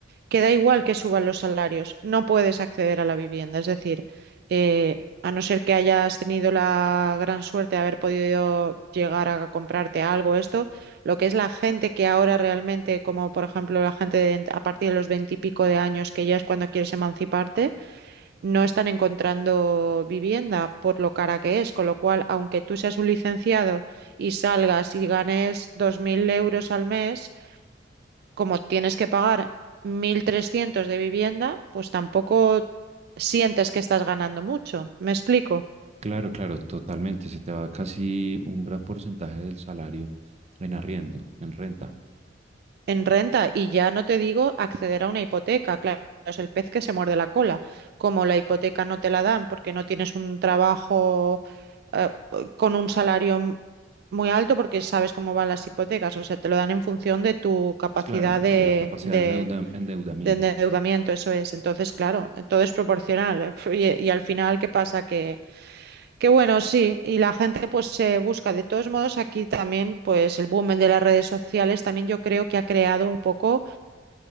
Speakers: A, on the right; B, on the right.
A: que da igual que suban los salarios, no puedes acceder a la vivienda. Es decir, eh, a no ser que hayas tenido la gran suerte de haber podido llegar a comprarte algo, esto, lo que es la gente que ahora realmente, como por ejemplo la gente de- a partir de los veintipico de años, que ya es cuando quieres emanciparte, no están encontrando vivienda por lo cara que es, con lo cual, aunque tú seas un licenciado y salgas y ganes 2.000 euros al mes, como tienes que pagar 1.300 de vivienda, pues tampoco sientes que estás ganando mucho. ¿Me explico?
B: Claro, claro, totalmente. Se te va casi un gran porcentaje del salario en arriendo, en renta.
A: en renta y ya no te digo acceder a una hipoteca, claro, es el pez que se muerde la cola. Como la hipoteca no te la dan porque no tienes un trabajo eh, con un salario m- muy alto, porque sabes cómo van las hipotecas, o sea, te lo dan en función de tu capacidad
B: Claro,
A: de,
B: de la capacidad
A: de-
B: de endeuda- endeudamiento.
A: de endeudamiento, eso es. Entonces, claro, todo es proporcional. ¿eh? <laughs> Y, y al final, ¿qué pasa? Que, que bueno, sí, y la gente pues se busca. De todos modos, aquí también, pues el boom de las redes sociales también yo creo que ha creado un poco